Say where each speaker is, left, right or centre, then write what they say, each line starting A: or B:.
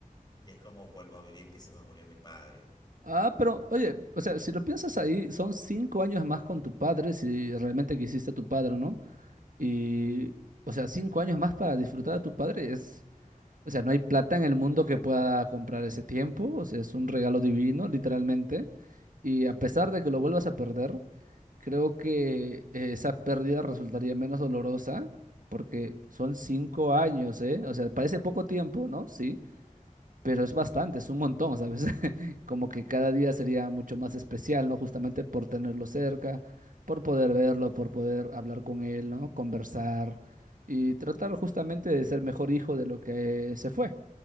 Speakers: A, on the left; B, on the right.
A: Y es como, vuelvo a vivir que se me murió mi padre.
B: Ah, pero oye, o sea, si lo piensas ahí, son cinco años más con tu padre, si realmente quisiste a tu padre, ¿no? Y, o sea, cinco años más para disfrutar a tu padre es, o sea, no hay plata en el mundo que pueda comprar ese tiempo, o sea, es un regalo divino, literalmente. Y a pesar de que lo vuelvas a perder, creo que eh, esa pérdida resultaría menos dolorosa, porque son cinco años, ¿eh? O sea, parece poco tiempo, ¿no? Sí pero es bastante, es un montón, ¿sabes? <laughs> Como que cada día sería mucho más especial, ¿no? Justamente por tenerlo cerca, por poder verlo, por poder hablar con él, ¿no? Conversar y tratar justamente de ser mejor hijo de lo que se fue.